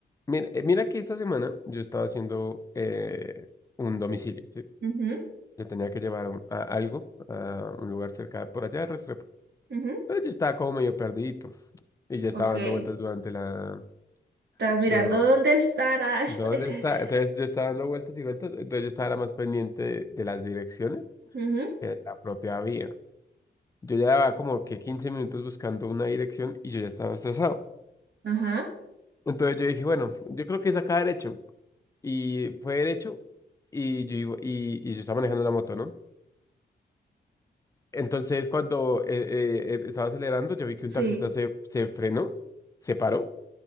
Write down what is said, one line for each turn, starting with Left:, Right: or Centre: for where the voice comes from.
Left: mira, eh, mira que esta semana yo estaba haciendo eh, un domicilio, ¿sí?
Right: <laughs> ujú,
Left: Yo tenía que llevar un- a- algo a un lugar cerca de por allá de Restrepo.
Right: ujú,
Left: Pero yo estaba como medio perdidito y ya estaba
Right: Ok,
Left: dando
Right: estás
Left: vueltas durante la...
Right: mirando
Left: do-
Right: dónde estará. esta-
Left: ¿Dónde
Right: <laughs>
Left: está? Entonces yo estaba dando vueltas y vueltas, entonces yo estaba era más pendiente de, de las direcciones
Right: Ujú,
Left: que de la propia vía. Yo llevaba como que 15 minutos buscando una dirección y yo ya estaba estresado.
Right: Ajá,
Left: Entonces yo dije, bueno, yo creo que es acá derecho. Y fue derecho y yo, iba- y, y yo estaba manejando la moto, ¿no? Entonces cuando eh, eh, estaba acelerando, yo vi que un
Right: sí,
Left: taxista se, se frenó, se paró.